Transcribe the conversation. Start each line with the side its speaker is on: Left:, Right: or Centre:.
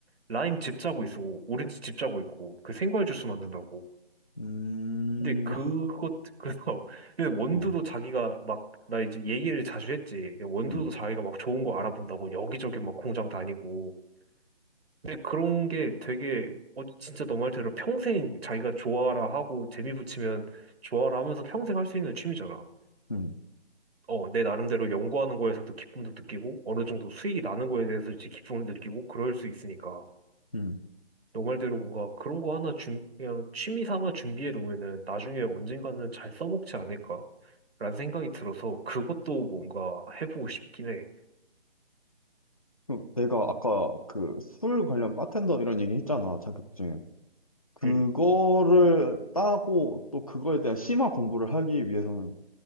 Right: 라임 즙 짜고 있어. 오렌지 즙 짜고 있고 그 생과일 주스 만든다고.
Left: 음,
Right: 근데 그것
Left: <laughs>
Right: 그래서 <laughs> 근데 원두도
Left: 어,
Right: 자기가 막 나 이제 얘기를 자주 했지. 근데 원두도
Left: 음,
Right: 자기가 막 좋은 거 알아본다고 여기저기 막 공장 다니고. 근데 그런 게 되게 어 진짜 너 말대로 평생 자기가 좋아라 하고 재미 붙이면 좋아라 하면서 평생 할 수 있는 취미잖아.
Left: 음,
Right: 어, 내 나름대로 연구하는 거에서도 기쁨도 느끼고, 어느 정도 수익이 나는 거에 대해서 이제 기쁨을 느끼고, 그럴 수 있으니까.
Left: 음.
Right: 너 말대로 뭔가 그런 거 하나 준, 그냥 취미 삼아 준비해 놓으면은 나중에 언젠가는 잘 써먹지 않을까? 라는 생각이 들어서 그것도 뭔가 해보고 싶긴 해.
Left: 그럼 내가 아까 그 술 관련 바텐더 이런 얘기 했잖아, 자격증. 그거를
Right: 응,
Left: 따고 또 그거에 대한 심화 공부를 하기 위해서는